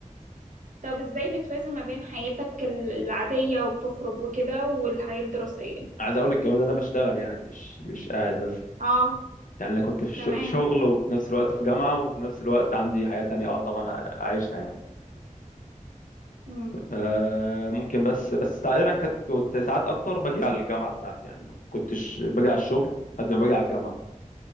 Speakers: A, on the right; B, on the left.
A: طب ازاي بتوازن ما بين حياتك ال- العادية وتخرج وكده والحياة الدراسية
B: عايز اقول لك كمان إن انا بشتغل يعني مش مش قاعد بس
A: اه
B: يعني انا كنت في الش-
A: تمام
B: في شغل وفي نفس الوقت في جامعة وفي نفس الوقت عندي حياة تانية اه طبعا اعيشها يعني
A: مم.
B: آه ممكن بس بس تقريبا كنت كنت ساعات اكتر باجي على الجامعة بتاعتي يعني ما كنتش باجي على الشغل قد ما باجي على الجامعة